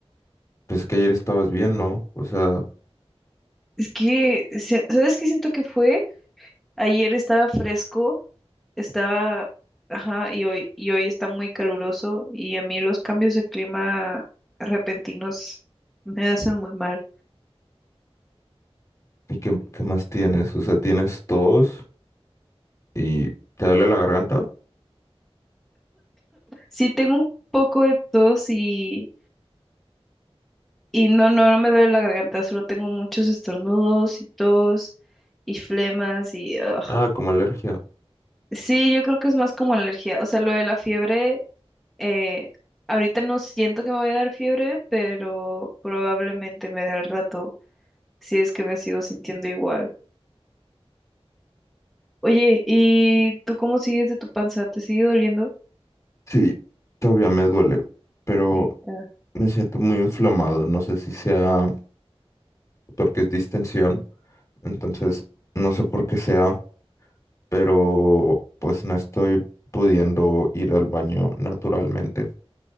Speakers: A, on the left; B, in the centre.
A: pues que ayer estabas bien, ¿no? O sea,
B: Es que, se- ¿sabes qué siento que fue? Ayer estaba fresco, estaba, ajá, y hoy, y hoy está muy caluroso y a mí los cambios de clima repentinos me hacen muy mal.
A: ¿y qué, qué más tienes? O sea, ¿tienes tos y te duele la garganta?
B: Sí, tengo un poco de tos y, y no, no, no me duele la garganta, solo tengo muchos estornudos y tos y flemas y... ugh.
A: Ah, como alergia.
B: Sí, yo creo que es más como alergia. O sea, lo de la fiebre, eh, ahorita no siento que me vaya a dar fiebre, pero probablemente me dé al rato, si es que me sigo sintiendo igual. Oye, ¿y tú cómo sigues de tu panza? ¿Te sigue doliendo?
A: Sí, todavía me duele, pero
B: Neta.
A: me siento muy inflamado. No sé si sea porque es distensión. Entonces, no sé por qué sea, pero pues no estoy pudiendo ir al baño naturalmente.